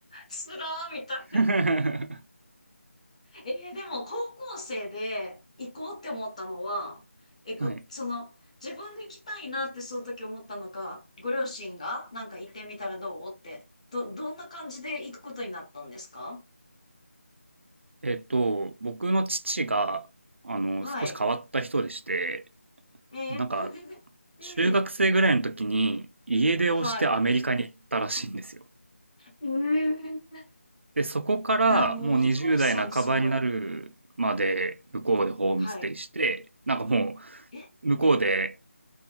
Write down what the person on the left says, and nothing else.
つらーみたいな。
えーでも高校生で行こうって思ったのは、え、ご、
その、自分で行きたいなってその時思ったのか、ご両親がなんか行ってみたらどうって、ど、どんな感じで行くことになったんですか
はい。
えー
<laughs>
うん。はい。えー
いや、もうお父さんすごい。はい。
ええ